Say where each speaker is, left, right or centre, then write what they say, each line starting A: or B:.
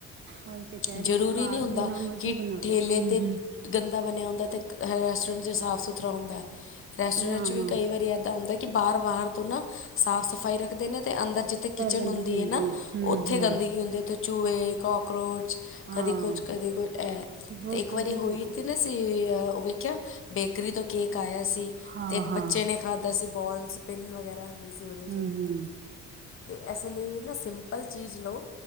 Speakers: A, on the right (about 40°); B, on the left (about 45°).
A: ਔਈ ਤੇ ਕੇ
B: ਜ਼ਰੂਰੀ
A: ਰੀ ਆ ਕਾਰ
B: ਨਹੀਂ ਹੁੰਦਾ
A: ਕਿੰਨਾ ਮਰਜ਼ੀ
B: ਕਿ
A: ਬਣਾ
B: ਠੇਲੇ
A: ਲੋ, ਹੂੰ-ਹੂੰ।
B: 'ਤੇ ਗੰਦਾ ਬਣਿਆ ਹੁੰਦਾ ਤੇ ਹਰ ਰੈਸਟੋਰੈਂਟ ਚ ਸਾਫ ਸੁਥਰਾ ਹੁੰਦਾ। ਰੈਸਟੋਰੈਂਟ
A: ਨਾ
B: ਚ
A: ਨਾ
B: ਵੀ ਕਈ ਵਾਰੀ ਇੱਦਾਂ ਹੁੰਦਾ ਕਿ ਬਾਹਰ-ਬਾਹਰ ਤੋਂ ਨਾ ਸਾਫ਼ ਸਫ਼ਾਈ ਰੱਖਦੇ ਨੇ ਤੇ ਅੰਦਰ ਜਿੱਥੇ ਕਿਚਨ
A: ਗੰਦਗੀ
B: ਹੁੰਦੀ ਏ ਨਾ
A: ਹੈ ਹੂੰ
B: ਉੱਥੇ
A: ਹੂੰ
B: ਗੰਦਗੀ ਹੁੰਦੀ ਉਥੇ ਚੁਏ, ਕਾਕਰੋਚ ਕਦੇ
A: ਹਾਂ
B: ਕੁਛ, ਕਦੇ ਕੁਛ ਐ
A: ਬਿਲਕੁਲ
B: ਤੇ ਇੱਕ ਵਾਰੀ
A: ਜੀ
B: ਹੋਈ
A: ਬਿਲਕੁਲ
B: ਤੇ ਨਾ ਸੀ ਉਹ ਵੇਖਿਆ ਬੇਕਰੀ ਤੋਂ ਕੇਕ ਆਯਾ ਸੀ
A: ਹਾਂ
B: ਤੇ ਇੱਕ
A: ਹਾਂ
B: ਬੱਚੇ ਨੇ ਖਾਧਾ ਸੀ ਬੋਲਸ ਪਿੰਨ ਵਗੈਰਾ ਹੈਗੀ ਸੀ ਉਦੇ
A: ਹੂੰ
B: ਚ। ਤੇ ਏਸ ਲਈ ਨਾ ਸਿੰਪਲ ਚੀਜ਼ ਲੋ